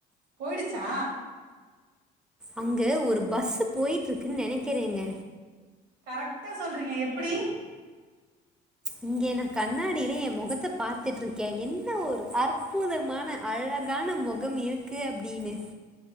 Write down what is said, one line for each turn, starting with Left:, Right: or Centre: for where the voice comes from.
Right: போயிடுச்சா
Centre: அங்க ஒரு பஸ் போயிட்டு இருக்குன்னு நெனைக்கிறேங்க
Right: கரெக்டா சொல்றீங்க எப்டி
Centre: இங்க நா கண்ணாடியில என் மொகத்த பாத்துட்ருக்கே என்ன ஒரு அற்புதமான அழகான மொகம் இருக்கு அப்படின்னு